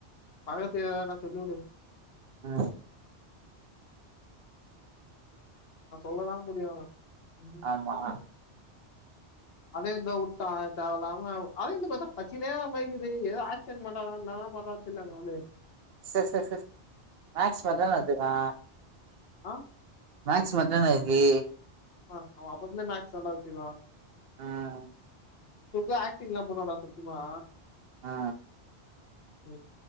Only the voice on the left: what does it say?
பக்கத்துல நான் சொல்லிவிடு
நா சொல்லதா முடியாதா ம்
அதே எழுதா உட்டா தேவலாம அவ அவ எழுத்த பாத்தா பச்சினே வர மாரிக்கிது எதோ ஆச் டென்சன் பன்றானா இனா பன்றானு தெர்ல அங்க வந்து
ஆ
ஆ அவ அப்பமே மேக்ஸ்தாண்டா வச்சிர்க்கா
பெரிய ஆக்டிங்லா பண்வான்டா சத்திமா
ம்